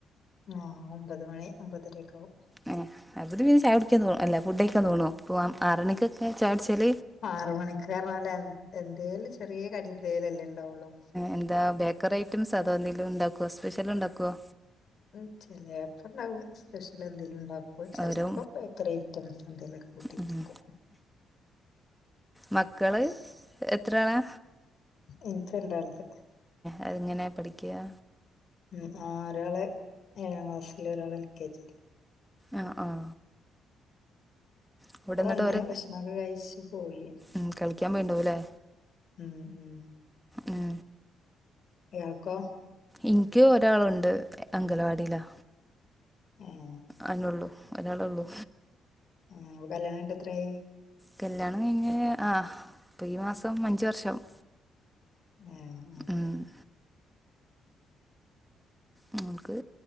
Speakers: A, on the left; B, in the centre.
A: ആഹ് ഒമ്പത് മണി ഒമ്പതരേക്കാവും
B: ആ, അത് പിന്നെ ചായ കുടിക്കാൻ തോന്ന, അല്ല ഫുഡ് കഴിക്കാൻ തോന്നോ പോവാം ആറ് നിക്കൊക്കെ ചായ കുടിച്ചല്
A: ആറ് മണിക്ക് ന്നറഞ്ഞാലെഎന്തേലും ചെറിയ കടി ന്തേലല്ലേ ഉണ്ടാവുള്ളോ
B: എന്താ ബേക്കറി ഐറ്റംസ്, അതോ എന്തെങ്കിലും ഉണ്ടാക്കുവോ സ്പെഷ്യൽ ഉണ്ടാക്കുവോ
A: ഉം, ചെലപ്പോ ഉണ്ടാവും സ്പെഷ്യൽ എന്തേലും ഉണ്ടാക്കും ഓള് ചിലപ്പോ
B: ഓരോ
A: ബേക്കറി ഐറ്റംസ് എന്തിലൊക്കെ കൂട്ടിടുക്കും
B: ഉം മക്കള് എത്രാളാ
A: എനിക്ക് രണ്ടാള്ണ്ട്
B: അത് എങ്ങനെയാ പഠിക്കാ
A: ഉം ആഹ് ഒരാള് ഏഴാം ക്ലാസ്സില് ഒരാൾ എൽ കെ ജി ല്
B: ആഹ് ആഹ് എവിടെന്നിട്ട്
A: ഇപ്പൊ വന്ന്
B: അവര്
A: ഭക്ഷണൊക്കെ കഴിച്ചു പോയി
B: ഉം കളിക്കാൻ പോയിണ്ടാവുംല്ലേ
A: ഉം ഉം
B: ഉം
A: ഇയാൾക്കോ
B: എനിക്ക് ഒരാളുണ്ട് അംഗലവാടിയിലാ
A: ഏഹ്
B: അതനൊള്ളു ഒരാളൊള്ളൂ
A: ആ കല്യാണം കഴിഞ്ഞിട്ട് എത്രയായി
B: കല്ല്യാണം കഴിഞ്ഞ് ആഹ് ഇപ്പം ഈ മാസം അഞ്ച് വർഷാകും
A: ആഹ
B: ആഹ് മോൾക്ക്